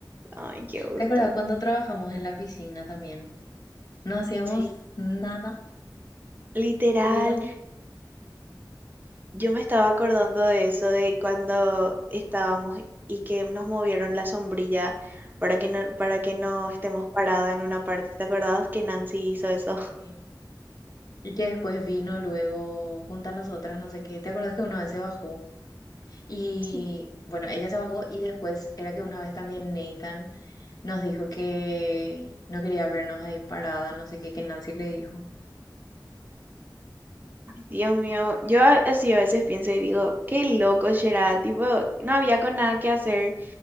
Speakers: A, on the right; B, on the left.
A: Ay, qué gusto.
B: ¿Te acordás cuando trabajamos en la piscina también? No hacíamos
A: Sí.
B: nada,
A: Literal,
B: pero...
A: yo me estaba acordando de eso, de cuando estábamos y que nos movieron la sombrilla para que no, para que no estemos parados en una parte. ¿Te acordás que Nancy hizo eso? <laughs>
B: Sí. Y que después vino luego junto a nosotras, no sé qué. ¿Te acordás que una vez se bajó? Y
A: Sí.
B: bueno, ella se bajó y después era que una vez también Nathan nos dijo que no quería vernos ahí parada, no sé qué, que Nancy le dijo.
A: Dios mío, yo a- así a veces pienso y digo, qué loco será, tipo, no había con nada que hacer